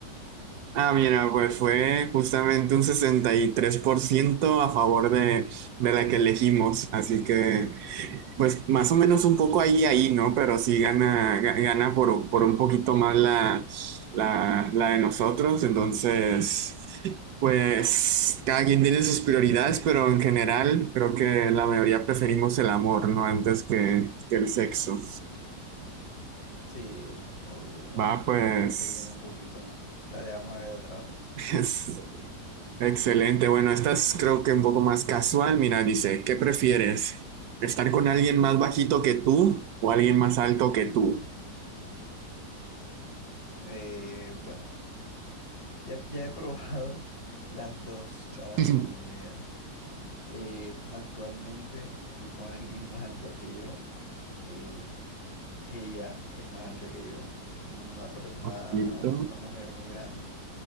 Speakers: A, on the right (about 70°); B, on the left (about 75°).
A: Ah, mira, pues fue justamente un 63% a favor de, de la que elegimos. Así que... Pues más o menos un poco ahí, ahí, ¿no? Pero sí gana, ga- gana por, por un poquito más la, la, la de nosotros. Entonces, pues cada quien tiene sus prioridades, pero en general creo que la mayoría preferimos el amor, ¿no? Antes que, que el sexo.
B: Sí, obvio, el amor
A: Va, pues,
B: es algo que llena un poquito más. Dale, vamos a ver otra, otra.
A: <laughs> es excelente. Bueno, esta es creo que un poco más casual. Mira, dice, ¿qué prefieres? ¿Estar con alguien más bajito que tú o alguien más alto que tú?
B: Eh, bueno, ya, ya he <laughs> probado las dos caras
A: <clears throat>
B: de la moneda.
A: <laughs>
B: Eh, actualmente estoy con alguien más alta que yo. eh, ella es más alta que yo. Es una, per- una,
A: Bajito.
B: una mujer muy grande.